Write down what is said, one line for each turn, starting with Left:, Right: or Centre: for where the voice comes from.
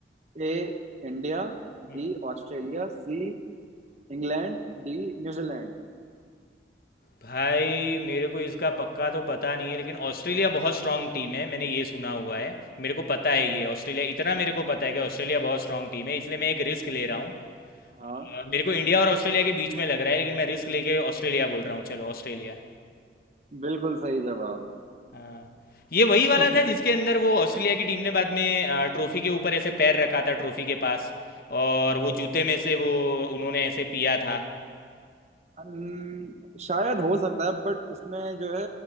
Right: A India
Left: हम्म,
Right: B Australia C England D New Zealand
Left: भाई मेरे को इसका पक्का तो पता नहीं है लेकिन ऑस्ट्रेलिया बहुत स्ट्रांग टीम है मैंने ये सुना हुआ है मेरे को पता है ये ऑस्ट्रेलिया इतना मेरे को पता है कि ऑस्ट्रेलिया बहुत स्ट्रांग टीम है इसलिए मैं एक रिस्क ले रहा हूँ
Right: हाँ
Left: अ, मेरे को इंडिया और ऑस्ट्रेलिया के बीच में लग रहा है लेकिन मैं रिस्क लेके ऑस्ट्रेलिया बोल रहा हूँ चलो ऑस्ट्रेलिया
Right: बिल्कुल सही जवाब
Left: हाँ ये वही
Right: <laughs>
Left: वाला था जिसके अंदर वो ऑस्ट्रेलिया की टीम ने बाद में अ, ट्रॉफी के ऊपर ऐसे पैर रखा था ट्रॉफी के पास और वो जूते में से वो उन्होंने ऐसे पिया था
Right: अन- शायद हो सकता है बट इसमें जो है